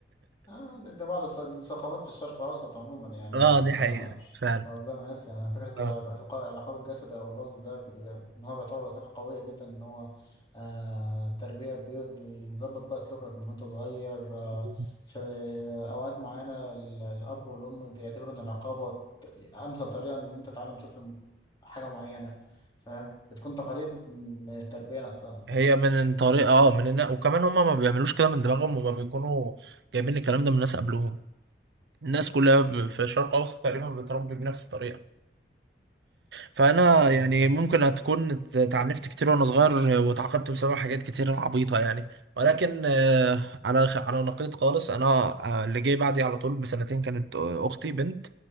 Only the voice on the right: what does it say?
اه
دي حقيقة فعلا
اه
مم.
هي من طريقة اه من النا... وكمان هما ما بيعملوش كده من دماغهم هما بيكونوا جايبين الكلام ده من ناس قبلهم الناس
كلها ب- في الشرق الاوسط تقريبا بتربي بنفس الطريقة فانا
يعني
ممكن هتكون اتعنفت كتير وانا صغير واتعاقبت بسبب حاجات كتير عبيطه يعني ولكن آه، على على نقيض خالص انا آه، اللي جاي بعدي على طول بسنتين كانت آه، اختي بنت